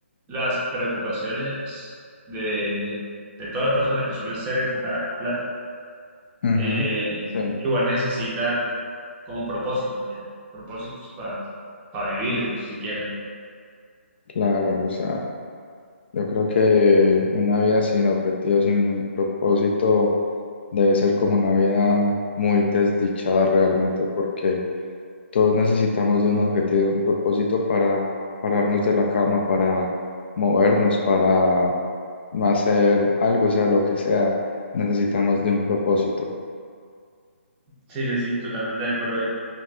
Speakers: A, on the right; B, on the left.
A: las preocupaciones de, de todas las personas que suelen ser enfocadas en plata,
B: Ujú,
A: eh,
B: Sí,
A: igual necesita como propósitos, ya, propósitos para vivir siquiera.
B: claro, o sea. Yo creo que una vida sin objetivos, sin un propósito, debe ser como una vida muy desdichada realmente, porque todos necesitamos de un objetivo, de un propósito para pararnos de la cama, para movernos, para no hacer algo, o sea lo que sea, necesitamos de un propósito.
A: Sí, sí, sí, totalmente de acuerdo ahí.